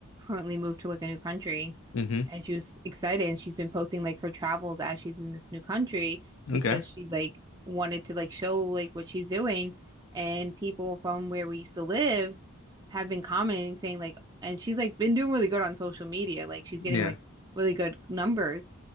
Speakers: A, on the right; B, on the left.
A: currently moved to like a new country
B: Mm-hmm.
A: and she was excited and she's been posting like her travels as she's in this new country
B: Okay.
A: because she like wanted to like show like what she's doing. And people from where we used to live have been commenting saying like, and she's like been doing really good on social media. Like she's
B: Yeah.
A: getting like really good numbers.